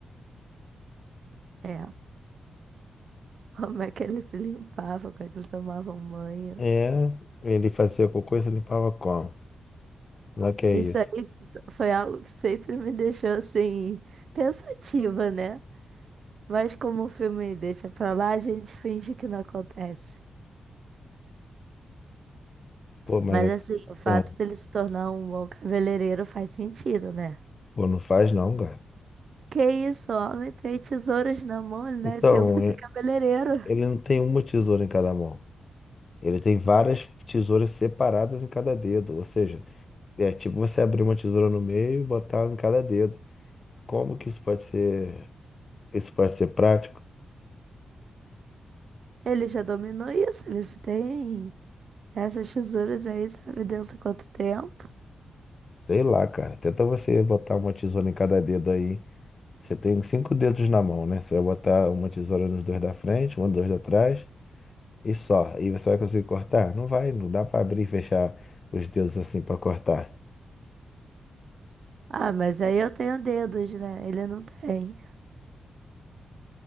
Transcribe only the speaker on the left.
É, ele fazia cocô e se limpava como? Não é que é
isso.
Pô, mas
é-
não,
pô, não faz não, cara.
Então,
e-
ele não tem uma tesoura em cada mão. Ele tem várias tesouras separadas em cada dedo, ou seja, É tipo você abrir uma tesoura no meio e botar em cada dedo. Como que isso pode ser, isso pode ser prático?
Sei lá, cara. Tenta você botar uma tesoura em cada dedo aí. Você tem cinco dedos na mão, né? Você vai botar uma tesoura nos dois da frente, um dois da trás e só. E você vai conseguir cortar? Não vai, não dá pra abrir e fechar os dedos assim pra cortar.